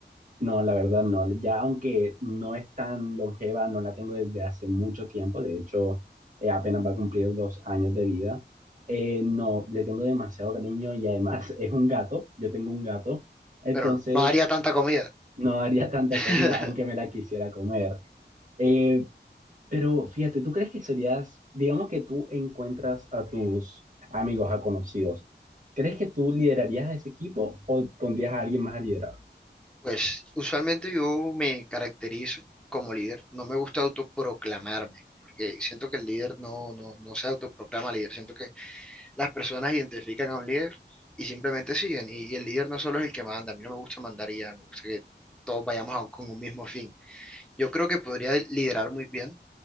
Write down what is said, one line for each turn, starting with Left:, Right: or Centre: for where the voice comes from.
Right: No, la verdad no. Ya aunque no es tan longeva, no la tengo desde hace mucho tiempo. De hecho, eh, apenas va a cumplir dos años de vida. Eh, no, le tengo demasiado cariño y además es un gato. Yo tengo un gato. Entonces,
Centre: pero no daría tanta comida.
Right: no haría tanta
Centre: <laughs>
Right: comida, aunque me la quisiera comer. Eh, pero fíjate, ¿tú crees que serías, digamos que tú encuentras a tus amigos, a conocidos? ¿Crees que tú liderarías ese equipo o pondrías a alguien más a liderar?
Centre: Pues usualmente yo me caracterizo como líder, no me gusta autoproclamarme, porque siento que el líder no, no, no se autoproclama líder, siento que las personas identifican a un líder y simplemente siguen, y, y el líder no solo es el que manda, a mí no me gusta mandar y ya, me gusta que todos vayamos a un- con un mismo fin. Yo creo que podría liderar muy bien,